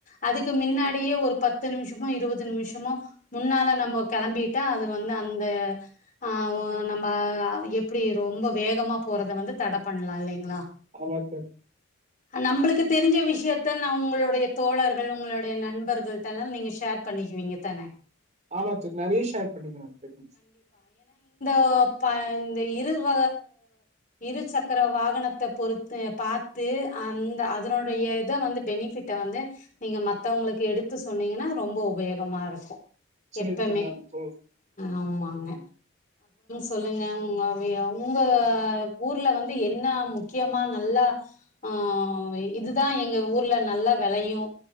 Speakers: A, on the left; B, on the right.
A: அதுக்கு மின்னாடியே ஒரு பத்து நிமிஷமோ இருபது நிமிஷமோ முன்னால நம்ம கிளம்பிட்டா அது வந்து அந்த ஆஹ் நம்ம எப்டி ரொம்ப வேகமா போறத வந்து தட பண்லா இல்லைங்ளா
B: ஆமாத்த
A: நம்பளுக்கு தெரிஞ்ச விஷயத்த நா உங்களுடைய தோழர்கள் உங்களுடைய நண்பர்கள் டல்லா நீங்க ஷேர் பண்ணிக்குவீங்க தான
B: ஆமா <unintelligible> நெறய பண்ணிக்கனு <unintelligible>
A: அ ப இந்த இரு வ இரு சக்கர வாகனத்த பொறுத்து பாத்து அந்த அதனுடைய இத வந்து பெனிஃபிட்ட வந்து நீங்க மத்தவங்ளுக்கு எடுத்து சொன்னீங்கன்னா ரொம்ப உபயோகமா இருக்கு
B: சேரி
A: எப்பமே
B: தோழி நா போ
A: ஆமாங்க சொல்லுங்க உ உங்க ஊர்ல இருந்து என்னா முக்கியமா நல்லா ஆஹ் இதுதா எங்க ஊர்ல நல்ல வெளையு